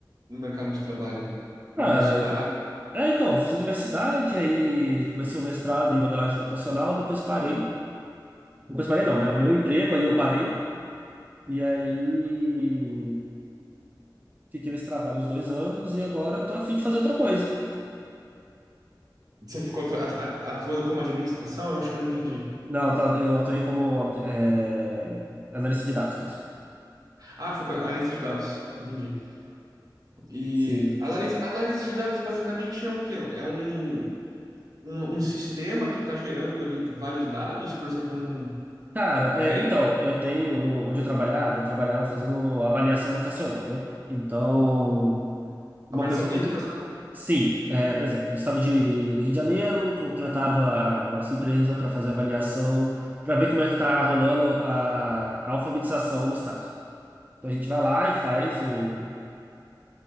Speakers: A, on the right (about 55°); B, on the right (about 20°).
A: no mercado de trabalho? Universidade?
B: Cara, é, então, fiz universidade, aí comecei o mestrado em modelagem computacional, depois parei. Depois parei não, né? Arrumei um emprego, aí eu parei. E aí fiquei nesse trabalho uns dois anos e agora eu tô a fim de fazer outra coisa.
A: Você ficou tra- a- a- atuando como administração? Eu acho que eu não entendi.
B: Não, tá, eu atuei como é, analista de dados mesmo.
A: Ah, foi com analista de dados. Entendi. E
B: Sim.
A: análise, análise de dados basicamente é o quê? É um um, um sistema que está gerando ali vários dados, por exemplo, um,
B: Cara,
A: vem
B: é, então, eu tenho, no- onde eu trabalhava, eu trabalhava fazendo avaliação educacional, né? Então, uma
A: a versão
B: coisa que aconte-
A: educacional,
B: Sim, é, por exemplo, no estado de, do Rio de Janeiro, contratava a nossa empresa para fazer avaliação, para ver como é que está rolando a, a alfabetização no estado. Então, a gente vai lá e faz o,